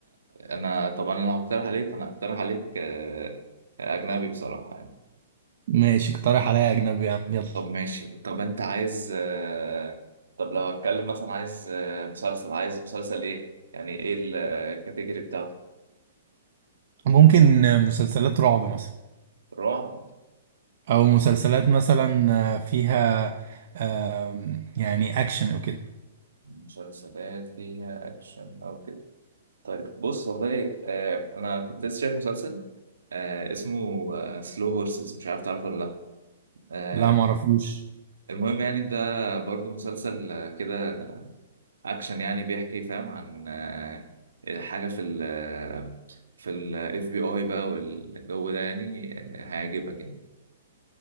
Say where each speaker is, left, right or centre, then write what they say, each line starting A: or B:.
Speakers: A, on the right; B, on the right.
A: انا طبعا انا هقترح عليك فانا هقترح عليك آه، اجنبي بصراحه يعني
B: ماشي اقترح عليا أجنبي يا عم يلا
A: طب ماشي طب انت عايز آه، طب لو هتكلم مثلا عايز آه، مسلسل عايز مسلسل ايه يعني ايه الكاتيجوري بتاعته
B: ممكن آه، مسلسلات رعب مثلا
A: رعب
B: أو مسلسلات مثلا آه، فيها آه يعني أكشن أو كده
A: مسلسلات فيها اكشن او كده طيب بص والله آه انا كنت لسه شايف مسلسل آه اسمه سلو هورسز مش عارف تعرفه ولا لا آه
B: لا معرفوش
A: المهم يعني ده برضو مسلسل آه، كده اكشن يعني بيحكي فاهم عن آه حاجه في ال آه، في الاف بي اي بقى والجو ده يعني آه، هيعجبك يعني